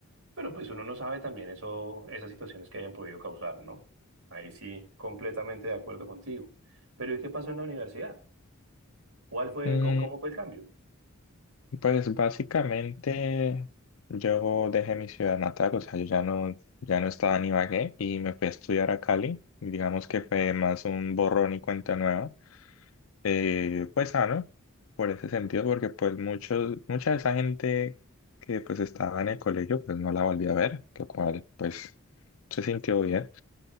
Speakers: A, on the right; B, on the left.
A: pero pues uno no sabe también eso, esas situaciones que hayan podido causar, ¿no? Ahí sí, completamente de acuerdo contigo. Pero ¿y qué pasó en la universidad? ¿Cuál fue,
B: Mm,
A: cómo, cómo fue el cambio?
B: pues básicamente yo dejé mi ciudad natal, o sea, yo ya no, ya no estaba en Ibagué y me fui a estudiar a Cali. Y digamos que fue más un borrón y cuenta nueva. eh, pues sano por ese sentido, porque pues muchos, mucha de esa gente que pues estaba en el colegio, pues no la volví a ver, lo cual pues se sintió bien.